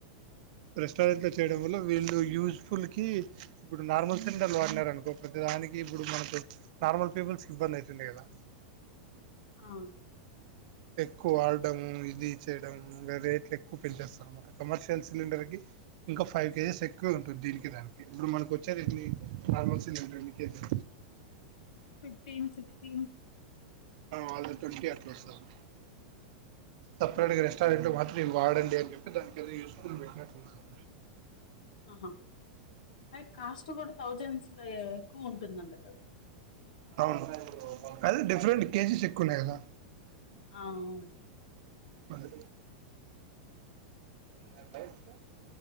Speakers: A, on the right (about 60°); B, on the left (about 75°).
A: రెస్టారెంట్ లో చేయడం వల్ల వీళ్ళు యూజ్ఫుల్ కి ఇప్పుడు నార్మల్ సిలిండర్లు వాడినారు అనుకో ప్రతి దానికి ఇప్పుడు మనకు నార్మల్ పీపుల్స్ కి ఇబ్బంది అవుతుంది కదా
B: ఆ
A: ఎక్కువ వాడం ఇది చేయడం ఇంకా రేట్లు ఎక్కువ పెంచేస్తారున్నమాట కమర్షియల్ సిలిండర్ కి ఇంకా ఫైవ్ కేజెస్ ఎక్కువ ఉంటుంది దీనికి దానికి ఇప్పుడు మనకు వచ్చేఏన్ని నార్మల్ సిలిండర్ ఎన్ని కేజీ
B: ఫిఫ్టీన్ సిక్స్టీన్
A: వాళ్ళకి ట్వంటీ అట్లా వస్తాది సపరెట్ గా రెస్టారెంట్ వాట్ నేను వాడండి అని చెప్పి దానికేదో యూస్ఫుల్ పెట్టినట్టున్నారు
B: ఆహా అయి కాస్ట్ కూడా థౌజండ్స్ లో ఎక్కువ ఉంటుందంట కదా
A: అవును అది డిఫరెంట్ కేసెస్ ఎ కునేద
B: అవు
A: అదే అలా బయటికి